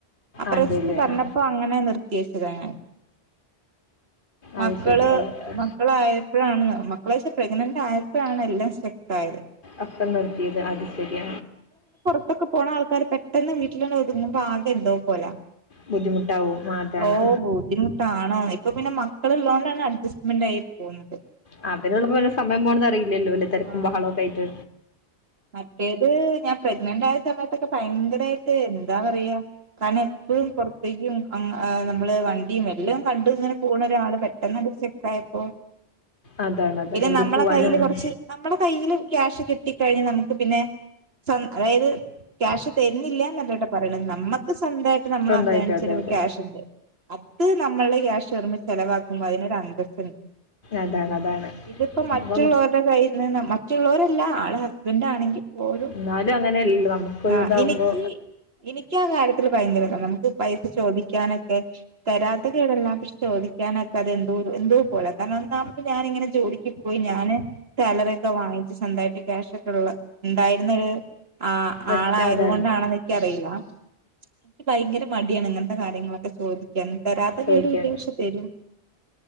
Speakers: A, on the right (about 65°); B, on the left (about 50°).
A: ആ പ്രസിച്ച്
B: അതെല്ലേ
A: പറഞ്ഞപ്പോ
B: ആ
A: അങ്ങനെ നിർത്തി വെച്ചതാണ് മക്കള്
B: അത് ശരി ഓക്കെ
A: മക്കളായപ്പോഴാണ് ന്ന് മക്കളച്ചെ പ്രഗ്നന്റ് ആയപ്പോഴാണ് എല്ലാം സ്ട്രക് ആയത്
B: അപ്പൊ നിർത്തിയത് അത് ശരിയ
A: ഇപ്പൊക്കെ പോ ആൾക്കാര് പെട്ടെന്ന് വീട്ടിൽ തന്നെ ഒതുങ്ങുമ്പോ ആകെ എന്തോ പോലെ
B: ബുദ്ധിമുട്ടാവും ആ അതാണ്
A: ഓ ബുദ്ധിമുട്ടാണോ അപ്പൊ പിന്നെ മക്കള ഉള്ളോണ്ടാണ് അഡ്ജസ്റ്റ്മെന്റ് ആയി പോകുന്നത്
B: അ അവനുള്ളപ്പോ സമയം പോകണത് അറിയില്ലല്ലോ വല തിരക്കും
A: ആഹ്
B: ബഹളമക്കെ ആയിട്ട്
A: മറ്റേത് ഞാൻ പ്രഗ്നന്റ് ആയ സമയത്തൊക്കെ ഭയങ്കരമായിട്ട് എന്താ പറയാ കാരണം എപ്പഴും പുറത്തേക്കും നമ്മള് വണ്ടിയും എല്ലാം കണ്ട് ഇങ്ങനെ പോണ ഒരാള് പെട്ടന്ന് പെട്ടെന്ന് സ്റ്റകായപ്പോ
B: അതാണ് അതാണ്
A: പിന്നെ
B: എവിടെയും
A: നമ്മളെ
B: പോവാനും
A: കയ്യിൽ
B: ഒന്നും
A: കുറച്ച് നമ്മളുടെ കയ്യിൽ ക്യാഷ് കിട്ടി കഴിഞ്ഞാൽ നമുക്ക് പിന്നെ അതായത് ക്യാഷ് തരുന്നില്ലന്നല്ലട്ട് പറയണത് നമ്മുക്ക് സ്വന്തമായിട്ട് നമ്മൾ
B: സ്വന്തമായിട്ട്
A: അദ്ധ്വാനിച്ച
B: അതെ അതെ
A: ക്യാഷ് ഉണ്ട് അത് നമ്മളുടെ ക്യാഷ് വരുമ്പോ ചിലവാക്കുമ്പോൾ അതിനൊരു അന്തസുണ്ട്
B: അതാണ് അതാണ്
A: ഇതിപ്പോ മറ്റുള്ളവരുടെ
B: അപ്പം
A: കയ്യിൽ നിന്ന് മറ്റുള്ളവരല്ല ആളെ ഹസ്ബൻ്റ ആണെങ്കിൽ പോലും
B: എന്നാലും അങ്ങനെയല്ല നമുക്കൊരു
A: ആ
B: ഇതാവുമ്പോ
A: എനിക്ക് എനിക്ക് ആ കാര്യത്തിൽ ഭയങ്കരത നമുക്ക് പൈസ ചോദിക്കാനൊക്കെ തരാത്ത കേടല്ല. പക്ഷെ ചോദിക്കാനൊക്കെ അത് എന്ത എന്തോ പോല കാരണം ഒന്നാമത് ഞാനിങ്ങനെ ജോലി പോയി ഞാന് സാലറി ഒക്കെ വാങ്ങിച്ചു സ്വന്തായിട്ട് ക്യാഷ ഒ എന്തായിരുന്നു ഒരു ആ
B: പറ്റ
A: ആളായതുകൊണ്ടാണത്
B: അതാണ്
A: എനറിയില്ല എനിക്ക് ഭയങ്കര മടിയാണ് ഇങ്ങനത്തെ കാര്യങ്ങളൊക്കെ ചോദിക്കാൻ തരാത്ത
B: ചോദിക്കാൻ.
A: കേട്ഇല്ല പക്ഷെ തരും